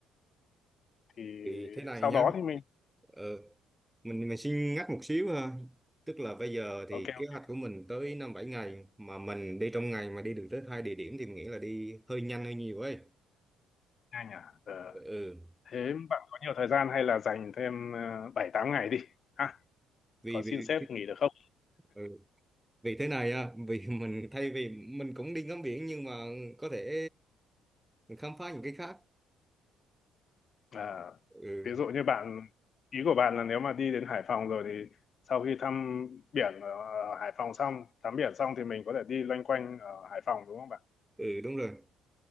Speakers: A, on the left (about 45°); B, in the centre.
A: thì
B: thì thế này
A: sau
B: nhá
A: đó thì mình
B: ờ, mình mình xin ngắt một xíu ha tức là bây giờ thì
A: ok
B: kế
A: ok
B: hoạch của mình tới năm bảy ngày mà mình đi trong ngày mà đi được tới hai địa điểm thì mình nghĩ là đi hơi nhanh hơi nhiều ấy
A: nhanh à Ờ,
B: ừ
A: thế bạn có nhiều thời gian hay là dành thêm ờ, bảy tám ngày đi ha
B: vì
A: có xin
B: vì
A: sếp nghỉ được không
B: ừ. vì thế này á <laughs> vì mình thay vì mình cũng đi ngắm biển nhưng mà có thể mình khám phá những cái khác
A: à,
B: ừ
A: ví dụ như bạn ý của bạn là nếu mà đi đến Hải Phòng rồi thì sau khi thăm biển ở Hải Phòng xong tắm biển xong thì mình có thể đi loanh quanh ở Hải Phòng đúng không bạn
B: ừ đúng rồi